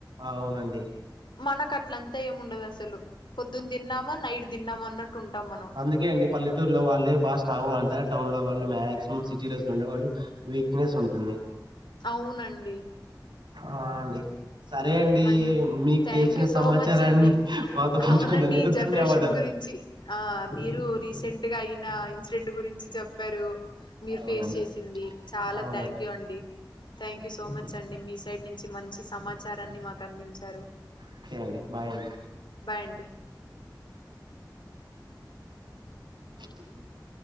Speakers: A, on the right (about 85°); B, on the left (about 85°).
A: అవును అండి
B: మనకు అట్లంతా ఏం ఉండదు అసలు పొద్దున్న తిన్నామా నైట్ తిన్నామా అన్నట్టు ఉంటాం మనం
A: అందుకే అండి పల్లటూరులో వాళ్ళే బాగా స్ట్రాంగ్ గా అంటారు టౌన్ లో వాళ్ళు మాక్సిమం సిటీలో ఉండే వాళ్ళు వీక్నెస్ ఉంటుంది
B: అవును అండి
A: ఆ అండి సరే అండి
B: మం
A: మీకు
B: థ్యాంక్
A: తెలిసిన
B: యూ
A: సమాచారాన్ని
B: సో మచ్ అండి
A: మాతో పంచుకున్నందుకు
B: అవునండి ఈ జనరేషన్
A: ధన్యవాదాలు
B: గురించి ఆ మీరు రీసెంట్ గా అయిన ఇన్సిడెంట్ గురించి చెప్పారు మీరు
A: అవునండి
B: ఫేస్ చేసింది చాలా
A: అవునండి
B: థ్యాంక్ యూ అండి థ్యాంక్ యూ సో మచ్ అండి మీ సైడ్ నుంచి మంచి సమాచారాన్ని మాకు అందించారు
A: ఓకే అండి బాయ్ అండి
B: బాయ్ అండి
A: <inaudible>